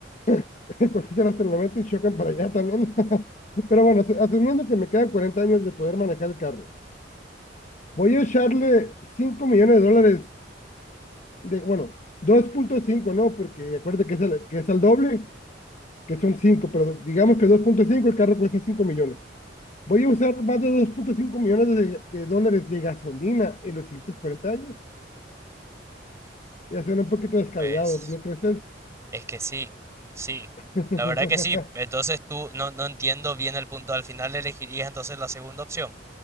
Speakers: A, on the left (about 40°); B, on the right (about 15°).
A: <laughs> cosas hasta el 90 y chocan para allá también. <laughs> Pero bueno, asu- asumiendo que me quedan 40 años de poder manejar el carro, voy a echarle 5 millones de dólares, de, bueno, dos punto cinco ¿no? Porque acuérdate que es, al, que es al doble, que son 5 pero digamos que dos punto cinco el carro cuesta 5 millones. Voy a usar más de dos punto cinco millones de, de dólares de gasolina en los siguientes 40 años. Ya suena un poquito descabellado,
B: Pues
A: ¿no crees?
B: es que sí, sí.
A: <laughs>
B: La verdad que sí. Entonces tú no, no entiendo bien el punto. Al final elegirías entonces la segunda opción,